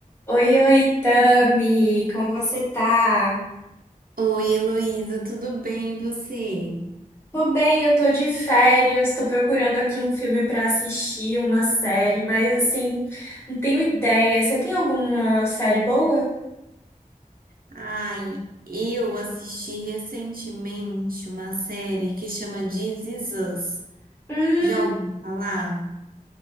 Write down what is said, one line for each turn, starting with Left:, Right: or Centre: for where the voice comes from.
Left: Oi, oi, Tami, como você tá?
Right: Oi, Heloísa, tudo bem e você?
Left: Tô bem, eu tô de férias, tô procurando aqui um filme pra assistir, uma série, mas assim, não tenho ideia. Você tem alguma série boa?
Right: Ai, eu assisti recentemente uma série que chama This Is Us.
Left: Hum,
Right: Já ouviu falar?